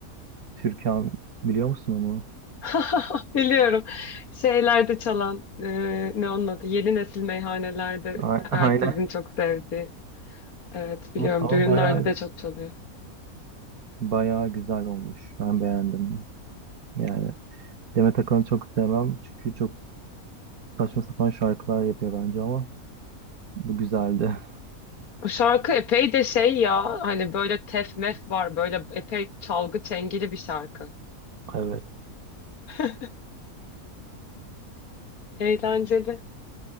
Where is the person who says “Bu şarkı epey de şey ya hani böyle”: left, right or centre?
Left